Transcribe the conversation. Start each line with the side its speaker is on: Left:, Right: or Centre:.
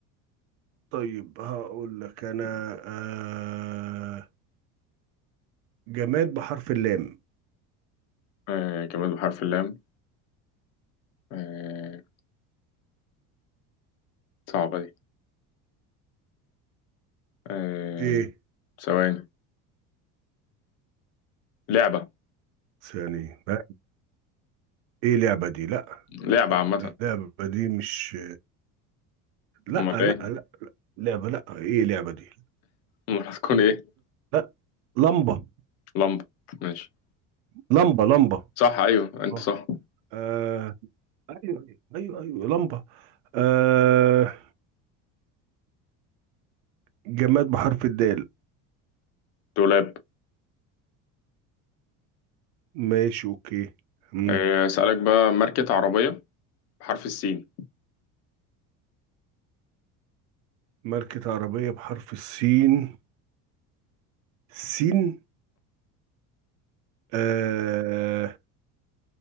Right: طيب هقول لك انا أه جماد بحرف اللام
Left: آه جماد بحرف اللام آه صعبة دي آه
Right: ايه
Left: ثواني لعبة
Right: ثاني لا ايه لعبة دي لا
Left: لعبة
Right: اللعبة
Left: عامة
Right: دي مش لا
Left: أمال إيه؟
Right: لا لا لعبة لا ايه لعبة دي
Left: أمال هتكون إيه؟
Right: لا لمبة
Left: لمبة ماشي
Right: لمبة لمبة
Left: صح أيوه أنت
Right: اه
Left: صح
Right: آه، ايوه ايوه ايوه لمبة آه جماد بحرف الدال
Left: دولاب
Right: ماشي اوكي مم.
Left: آه أسألك بقى ماركة عربية بحرف السين
Right: ماركة عربية بحرف السين سين آه